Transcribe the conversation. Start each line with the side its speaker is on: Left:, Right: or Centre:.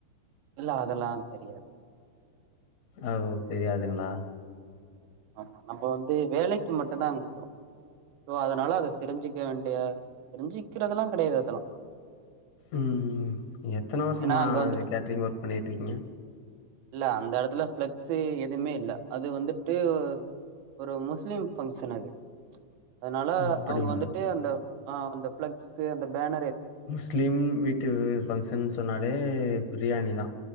Right: இல்ல அததேலா தெரியாது
Left: அ ஒ தெரியாதுங்களா
Right: ஆமா நம்ம வந்து வேலைக்கு மட்டு தா அங்க அதுனால அத தெரிஞ்சிக்க வேண்டிய தெரிஞ்சிக்கிறதல்லா கெடையாது அதெல்லா
Left: உ எத்தன வருசமா
Right: ஏன்னா அங்க வந்துட்டு
Left: து கேட்டரிங் ஒர்க் பண்ணிட்டு இருக்கீங்க
Right: இல்ல அந்த எடத்துல ஃப்ளெக்ஸு எதுவுமே இல்ல அது வந்து து ஒரு முஸ்லிம் ஃபங்க்ஷன் அது அதுனால
Left: அப்படிங்களா
Right: அவுங்க வந்துட்டு அந்த அ அந்த ஃபிளக்ஸு அந்த பேன
Left: முஸ்லீம் வீட்டு ஃபங்க்ஷன்னு சொன்னாலே பிரியாணி தா